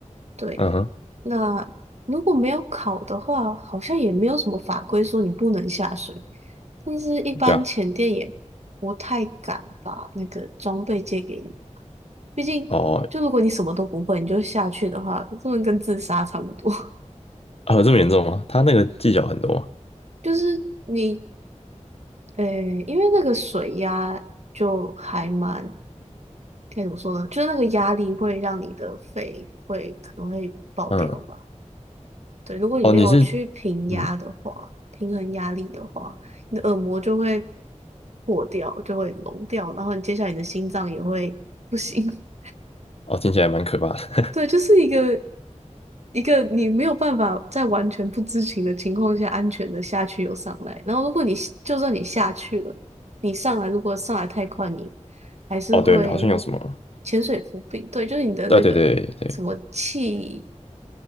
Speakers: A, on the right (about 60°); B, on the left (about 50°).
A: 对，
B: 嗯哼，
A: 那如果没有考的话，好像也没有什么法规说你不能下水，但是一般潜店也不太敢把那个装备借给你，
B: 对啊，
A: 毕竟就如果你什么都不会，
B: 哦，
A: 你就下去的话，真的跟自杀差不多。<laughs>
B: 啊，这么严重吗？他那个技巧很多吗
A: 就是你，呃，因为那个水压就还蛮，该怎么说呢？就是那个压力会让你的肺会可能会爆掉吧。
B: 嗯，
A: 对，如果你没有去平压的话，
B: 哦，你是，嗯，
A: 平衡压力的话，你的耳膜就会破掉，就会聋掉，然后你接下来你的心脏也会不行。<laughs>
B: 哦，听起来蛮可怕的。
A: 对，就是一个一个你没有办法在完全不知情的情况下安全的下去又上来，然后如果你就算你下去了，你上来如果上来太快，你
B: <laughs>
A: 还是会
B: 哦，对，好像有什么，
A: 潜水浮病。对，就是你的那个什么气，
B: 对对对对，